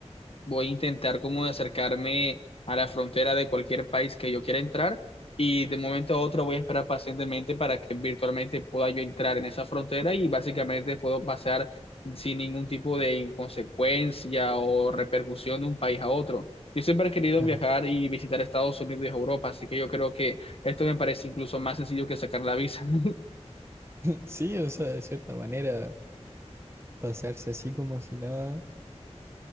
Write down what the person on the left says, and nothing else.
voy a intentar como acercarme a la frontera de cualquier país que yo quiera entrar y de momento a otro voy a esperar pacientemente para que virtualmente pueda yo entrar en esa frontera y básicamente puedo pasar sin ningún tipo de inconsecuencia o repercusión de un país a otro. Yo siempre he querido
viajar y visitar Estados Unidos y Europa, así que yo creo que esto me parece incluso más sencillo que sacar la visa. <laughs>